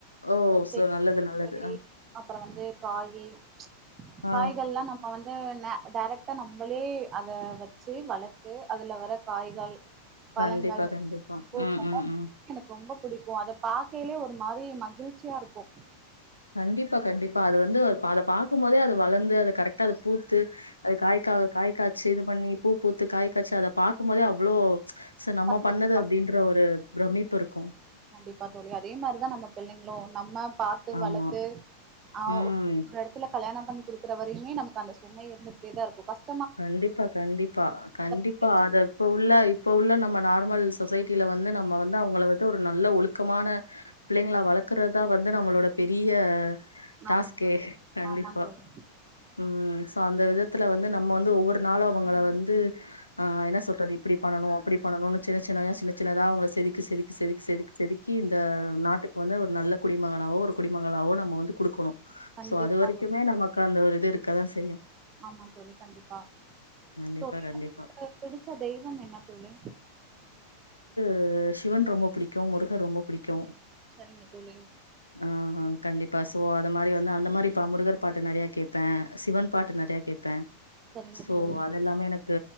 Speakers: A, on the left; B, on the right.
A: ஓ
B: செடி
A: சோ நல்லது
B: <inaudible>
A: நல்லது ஆ
B: அப்றோ வந்து காயி ம்ச்
A: ஆ
B: காய்கள்லா நம்ம வந்து ந டைரெக்டா நம்பளே அத வச்சு வளர்த்து அதுல வர காய்கள் பழங்கள்
A: கண்டிப்பா கண்டிப்பா
B: பூக்
A: ம் ம்
B: <inaudible>
A: ம்
B: எனக்கு ரொம்ப புடிக்கு அத பாக் கிலே ஒரு மாரி மகிழ்ச்சியா இருக்கு
A: கண்டிப்பா கண்டிப்பா அது வந்து அத பாக்கும்போதே அது வளர்ந்து அத கரெக்டா பூத்து அது காய்க காய் காய்சு இது பண்ணி பூ பூத்து காய் காய்சி அத பாக்கும் போதே அவ்ளோ சோ நம்ம
B: சந்தோஷமா
A: பண்ணது அப்டின்ற
B: இருக்கு.
A: ஒரு பிரமிப்பு இருக்கூ
B: கண்டிப்பா தோழி அதே மாரிதா நம்ம பிள்ளைங்களு நம்ம பாத்து
A: ஆமா
B: வளத்து ஆ
A: ம்
B: ஒரு எடத்துல கல்யாணம் பண்ணி குடுக்குற வரையுமே நமக்கு அந்த சுமை இருந்துகிட்டேதா இருக்கூ கஷ்
A: கண்டிப்பா கண்டிப்பா கண்டிப்பா
B: மகிழ்ச்சி
A: அத இப்ப உள்ள இப்ப உள்ள நம்ம நார்மல் சொசைட்டில வந்து நம்ம வந்து அவுங்கள வந்து ஒரு நல்ல ஒழுக்கமான பிள்ளைங்லா வளக்கறதா வந் வந்து நம்மளோட பெரிய டாஸ்க்கே
B: ஆமா தோழி
A: கண்டிப்பா
B: ஆமா தோழி
A: ம் அந்த விதத்துல வந்து நம்ம வந்து து ஒவ்வொரு நாளு அவுங்கள வந்து அ என்ன சொல்றது இப்டி பண்ணனு அப்டி பண்ணணுனு சின்ன சின்னய சின்ன சின்னதா அவுங்கள செதுக்கு செதுக்கு செதுக் செதுக் செதுக்கி இந்த நாட்டுக்கு வந்து ஒரு நல்ல குடிமகனாவோ ஒரு குடிமகளாவோ நம்ம வந்து குடுக்கணு
B: கண்டிப்பா
A: சோ அது வரைக்குமே
B: தோழி
A: நமக்கு அந்த ஒரு து இருக்கதா செய்யும்
B: ஆமா தோழி கண்டிப்பா
A: கண்டிப்பா,
B: <unintelligible>
A: கண்டிப்பா.
B: பிடிச்ச தெய்வம் என்ன தோழி
A: கு சிவன் ரொம்ப புடிக்கு முருகர் ரொம்ப புடிக்கு
B: சரிங்க தோழி
A: ஆ கண்டிப்பா சோ அத மாரி வந்து அந்த மாரிப்பா முருகர் பாட்டு நறைய கேப்பே சிவன் பாட்டு நறயா கேப்பே
B: சரிங்க
A: சோ
B: தோழி
A: அதெல்லாமே எனக்கு